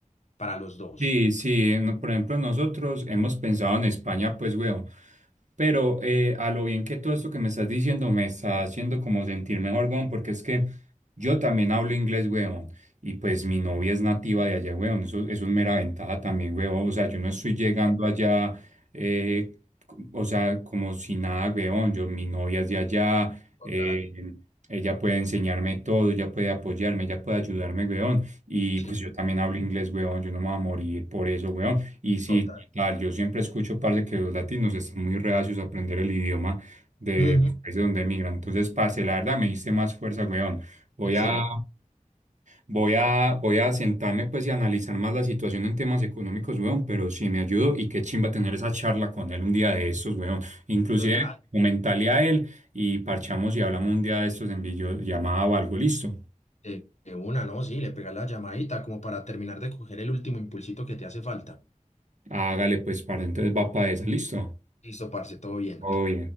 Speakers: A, on the left; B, on the right.
A: para los dos.
B: Sí, sí, eh, no- por ejemplo, nosotros hemos pensado en España, pues, weón, pero eh, a lo bien que todo esto que me estás diciendo me está haciendo como sentir mejor, weón, porque es que yo también hablo inglés, weón, y pues mi novia es nativa de allá, weón, eso, eso es mera ventaja también, weón, o sea, yo no estoy llegando allá, eh, c- o sea, como si nada, weón, yo, mi novia es de allá,
A: Total,
B: eh, ella puede enseñarme todo, ella puede apoyarme, ella puede ayudarme, weón. Y
A: sí,
B: pues yo también hablo inglés, weón, yo no me voy a morir por eso, weón. Y sí,
A: total.
B: tal, yo siempre escucho, parce, que los latinos están muy reacios a aprender el idioma de
A: Ujú,
B: los países donde emigran. Entonces, parce, la verdad me diste más fuerza, weón. Voy
A: Excelente,
B: a, voy a, voy a sentarme, pues, y analizar más la situación en temas económicos, weón, pero sí me ayudo y qué chimba tener esa charla con él un día de estos, weón. Inclusive,
A: total.
B: comentarle a él y parchamos y hablamos un día de estos en videollamada o algo, listo.
A: De, de una, ¿no? Sí, le pegas la llamadita como para terminar de coger el último impulsito que te hace falta.
B: Hágale, pues, parce, entonces va para esa, listo.
A: Listo, parce, todo bien.
B: Uy,